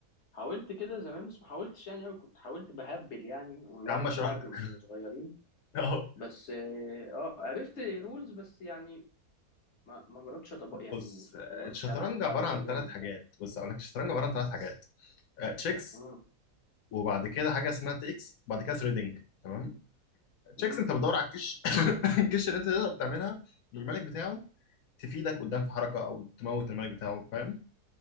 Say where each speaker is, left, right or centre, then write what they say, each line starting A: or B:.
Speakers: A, on the left; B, on the left.
A: حاولت كده زمان بس ما حاولتش يعني أوي كنت حاولت بهبل يعني أونلاين
B: يا عم اشرح
A: كده عارف
B: لك
A: لما كنا صغيرين
B: <laughs> أهو.
A: بس اه آه، عرفت رولز بس يعني ما ما جربتش أطبق يعني
B: بص آه،
A: ما جربتش
B: الشطرنج
A: ألعب بقى
B: عبارة
A: وأبقى
B: عن
A: جامد
B: ثلاث حاجات
A: فاهم
B: بص اقول لك الشطرنج عبارة عن ثلاث حاجات تشيكس
A: مم،
B: وبعد كده حاجة اسمها تيكس وبعد كده ثريدنج تمام تشيكس
A: مم.
B: انت بتدور على الكش <laughs> <clears throat> الكش اللي انت تقدر تعملها للملك بتاعه تفيدك قدام في حركة او تموت الملك بتاعه فاهم